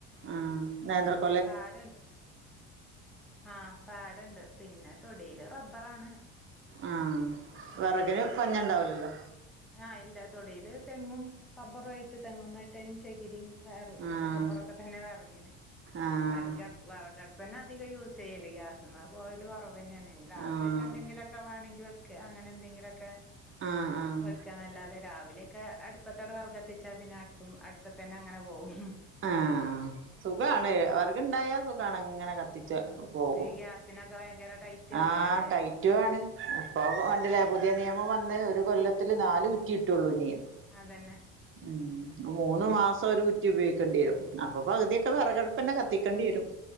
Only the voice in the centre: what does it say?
പാടണ്ട് ആഹ് പാടണ്ട് പിന്നെ തൊടീല് റബ്ബറാണ്
ആഹ് ഇല്ല തൊടീല് തെങ്ങും റബ്ബറുമാ യിട്ട് തെങ്ങും മേട്ടനും ചകിരിയും വയർ
റബ്ബറൊക്കെ തന്നെ വെറകിന്
വിറകടു വെറകടപ്പന്നെ അധികം യൂസ് ചെയ്യേൽ ഗ്യാസ്മ പൊവ്വല് കൊറവെന്നായ ഉം രാത്രി
ഒക്കെ എന്തെങ്കിലൊക്കെ വേണങ്കി വെക്കഅങ്ങനെ എന്തങ്കിലൊക്കെ
വയ്ക്കാന്നല്ലാതെ രാവിലെക്കെ അടുപ്പത്തൺ വർഗത്തിച്ചാ പിന്നെ അടുപ്പും അടുപ്പ തന്നെ അങ്ങനെ പോകും
ആഹ്
ഇപ്പ ഈ ഗ്യാസിനൊക്കെ ഭയങ്കര ടൈറ്റ്
അല്ലേ
അതെന്നെ